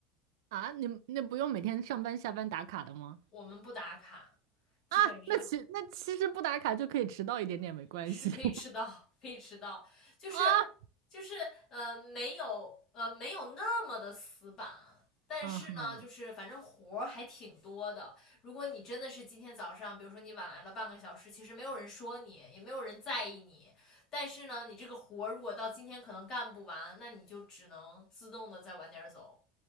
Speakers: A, on the right (about 85°); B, on the left (about 25°).
A: 啊？你们那不用每天上班下班打卡的吗？
B: 我们不打卡，
A: 啊，
B: 基本上
A: 那其那其实不打卡就可以迟到一点点没关系
B: 是可以迟到，
A: <laughs>
B: 可以迟到，就是
A: 啊。
B: 就是呃，没有呃，没有那么的死板，但是呢，
A: 嗯哼
B: 就是反正活儿还挺多的。如果你真的是今天早上，比如说你晚来了半个小时，其实没有人说你，也没有人在意你，但是呢，你这个活儿如果到今天可能干不完，那你就只能自动的再晚点儿走，